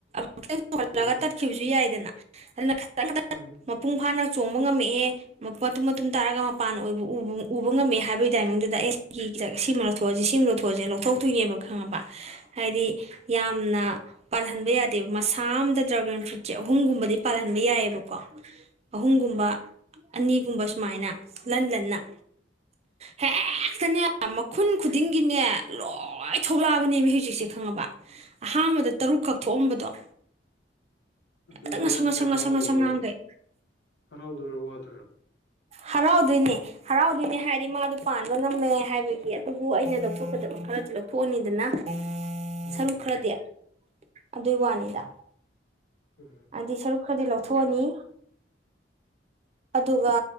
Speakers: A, on the right; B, on the left.
A: ꯑꯃꯇꯪ ꯁꯧꯍꯜꯂꯒ
B: ꯎꯝ
A: ꯇꯠꯈꯤꯕꯁꯨ ꯌꯥꯏꯗꯅ ꯑꯗꯨ
B: ꯎꯝ
A: ꯃꯄꯨꯡ ꯐꯥꯅ ꯆꯣꯡꯕ ꯉꯝꯃꯛꯑꯦ ꯃꯇꯨꯝ ꯃꯇꯨꯝ ꯇꯥꯔꯒ ꯃꯄꯥꯟꯕ ꯎꯕ ꯉꯝꯃꯦꯦ ꯍꯥꯏꯕꯒꯤ ꯇꯥꯏꯃꯤꯡꯗꯨꯗ ꯑꯦ ꯁꯤꯒꯤ ꯈꯤꯇ ꯁꯤꯃ ꯂꯧꯊꯣꯛꯑꯁꯦ ꯁꯤꯃ ꯂꯧꯊꯣꯛꯑꯁꯤꯦꯅ ꯂꯧꯊꯣꯛꯇꯣꯏꯅꯦꯕ ꯈꯪꯉꯕ ꯍꯥꯏꯗꯤ ꯌꯥꯝꯅ ꯄꯥꯜꯍꯟꯕ ꯌꯥꯗꯦꯕ ꯃꯁꯥ ꯑꯃꯝꯗ ꯗ꯭ꯔꯥꯒꯟ ꯐ꯭ꯔꯨꯏꯠꯁꯦ ꯑꯍꯨꯝꯒꯨꯝꯕꯗꯤ ꯄꯥꯜꯍꯟꯕ ꯌꯥꯏꯑꯕꯀꯣ ꯑꯍꯨꯝꯒꯨꯝꯕ ꯑꯅꯤꯒꯨꯝꯕ ꯁꯨꯃꯥꯏꯅ ꯂꯟ ꯂꯟꯅ ꯍꯦꯛꯇꯅꯦ ꯃꯈꯨꯟ ꯈꯨꯗꯤꯡꯒꯤꯅꯦ ꯂꯣꯏ ꯊꯣꯛꯂꯛꯑꯕꯅꯦꯃꯤ ꯍꯧꯖꯤꯛꯁꯦ ꯈꯪꯉꯕ ꯑꯍꯥꯟꯕꯗ ꯇꯔꯨꯛꯈꯛ ꯊꯣꯛꯑꯝꯕꯗꯣ
B: ꯑꯗꯨꯗꯤ
A: ꯇꯪ ꯉꯁꯪ
B: ꯅꯪꯁꯦ
A: ꯉꯁ ꯉꯁꯨꯝ
B: ꯍꯔꯥꯎꯗꯣꯏꯔꯣ
A: ꯉꯁꯝ ꯉꯥꯟꯈꯩ
B: ꯍꯔꯥꯎꯗꯣꯏꯔꯣ ꯋꯥꯗꯣꯏꯔꯣ
A: ꯍꯔꯥꯎꯗꯣꯏꯅꯦ ꯍꯔꯥꯎꯗꯣꯏꯅꯦ ꯍꯥꯏꯗꯤ ꯃꯥꯗꯣ ꯄꯥꯟꯕ ꯉꯝꯃꯦ ꯍꯥꯏꯕꯒꯤ ꯑꯗꯨꯕꯨ ꯑꯩꯅ ꯂꯧꯊꯣꯛꯀꯗꯕ ꯈꯔꯗꯤ ꯂꯧꯊꯣꯛꯑꯅꯤꯗꯅ
B: ꯎꯝ
A: ꯁꯔꯨꯛ ꯈ꯭ꯔꯗꯤ ꯑꯗꯨꯏꯕꯥꯅꯤꯗ
B: ꯎꯝ
A: ꯑꯗꯨꯗꯤ ꯁꯔꯨꯛ ꯈꯔꯗꯤ ꯂꯧꯊꯣꯛꯑꯅꯤ ꯑꯗꯨꯒ